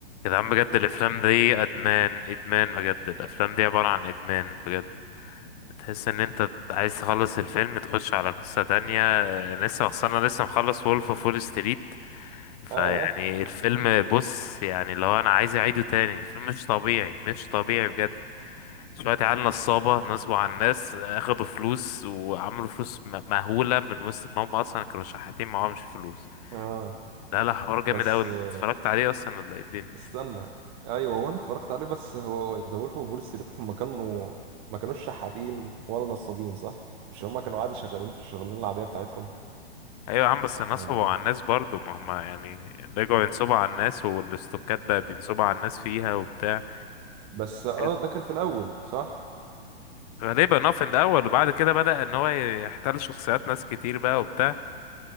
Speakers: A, on the left; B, on the right.
A: يا جدعان بجد الافلام دي ادمان ادمان بجد الافلام دي عبارة عن ادمان بجد تحس ان انت عايز تخلص الفيلم تخش على قصة تانية آه، لسه انا لسه مخلص وولف اوف وول ستريت فيعني
B: اه
A: الفيلم بص يعني لو انا عايز اعيده تاني الفيلم مش طبيعي مش طبيعي بجد شوية عيال نصابة نصبوا على الناس آه، اخدوا فلوس وعملوا فلوس م- مهولة من وسط ما هم اصلا كانوا شحاتين معهمش فلوس
B: اه
A: لا لا حوار جامد
B: بس
A: اوي انت
B: آه،
A: اتفرجت عليه اصلا ولا ايه الدنيا
B: استنى ايوه هو انا اتفرجت عليه بس هو ذا وولف اوف وول ستريت هم كانوا ما كانوش شحاتين ولا نصابين صح مش هم كانوا عادي شغالين في الشغلانه العاديه بتاعتهم
A: ايوه يا عم بس نصبوا
B: ولا ايه
A: على الناس برضو ما هم يعني رجعوا ينصبوا على الناس والاستوكات ده بينصبوا على الناس فيها وبتاع
B: بس اه
A: كده
B: ده كان في الاول صح
A: غالبا اه في الاول وبعد كده بدأ ان هو يحتل شخصيات ناس كتير بقى وبتاع